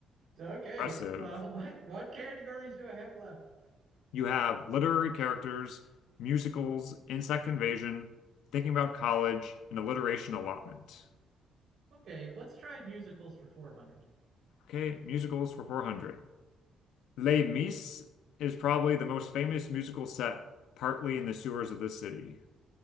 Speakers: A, on the right (about 70°); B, on the left (about 85°).
A: Okay,
B: Impressive.
A: well, <laughs> what what categories do I have left?
B: You have literary characters, musicals, insect invasion, thinking about college, and alliteration allotment.
A: Okay, let's try musicals for four hundred.
B: Okay, musicals for 400. Les Mis is probably the most famous musical set, partly in the sewers of this city.